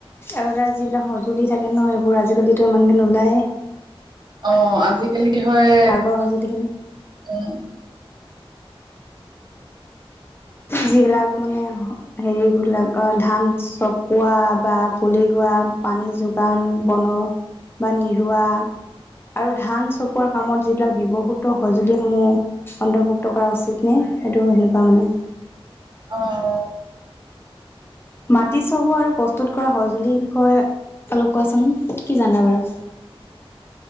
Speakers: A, on the left; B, on the right.
A: আৰু তাৰ যিবিলাক সঁজুলি থাকে ন এইবোৰ আজিকালি তো ইমানকে নোলায়
B: অ আজিকালি কি হয়
A: আগৰ সঁজুলি খিনি।
B: উম
A: যিবিলাক মানে হেৰিবিলাক ধান চপোৱা বা পুলি ৰোৱা পানী যোগান বনৰ বা নিৰুৱা। আৰু ধান চপোৱাৰ কামত যিবিলাক ব্যৱহূত সঁজুলিসমূহ অন্তৰ্ভুক্ত কৰা উচিত নে সেইটো সেনেকুৱা মানে
B: অ', অ'।
A: মাটি চহুৱা আৰু প্ৰস্তুত কৰা সঁজুলিৰ বিষয়ে অলপ কোৱাচোন কি জানা বাৰু।